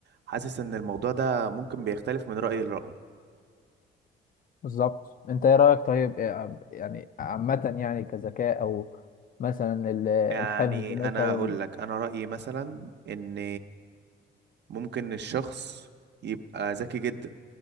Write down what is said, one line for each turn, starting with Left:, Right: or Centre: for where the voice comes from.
Right: حاسس ان الموضوع ده ممكن بيختلف من رأي لرأي
Left: بالظبط انت ايه رأيك طيب إيه- يعني عامة يعني كذكاء او مثلا ال- الحفظ
Right: يعني
Left: مثلا
Right: انا اقول لك انا رأيي مثلا ان ممكن الشخص يبقى ذكي جدا